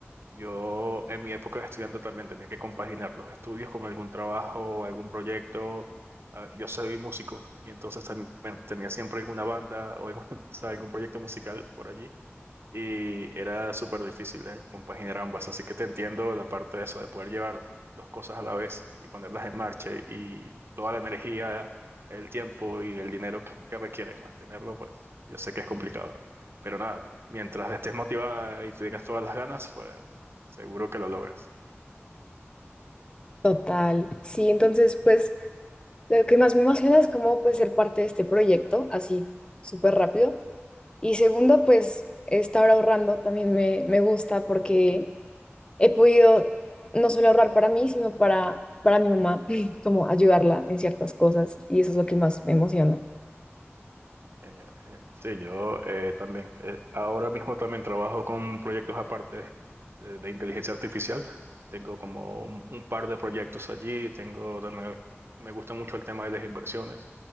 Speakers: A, on the right (about 60°); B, on the left (about 20°).
A: Yo en mi época de estudiante también tenía que compaginar los estudios con algún trabajo, algún proyecto. Ah, Yo soy músico y entonces también tenía siempre alguna banda o alguna <laughs> cosa, algún proyecto musical por allí y era súper difícil de compaginar ambas, así que te entiendo la parte de eso, de poder llevar dos cosas a la vez y ponerlas en marcha y toda la energía, el tiempo y el dinero que requieres mantenerlo, pues yo sé que es complicado, pero nada, mientras estés motivada y tengas todas las ganas, pues seguro que lo logras.
B: Total, sí, entonces pues lo que más me emociona es cómo pues ser parte de este proyecto, así súper rápido. Y segundo, pues estar ahorrando también me, me gusta porque he podido no solo ahorrar para mí, sino para, para mi mamá, <laughs> como ayudarla en ciertas cosas y eso es lo que más me emociona.
A: Genial, genial. Sí, yo eh, también. eh, ahora mismo también trabajo con proyectos aparte eh, de inteligencia artificial. Tengo como un, un par de proyectos allí, tengo también, me gusta mucho el tema de las inversiones.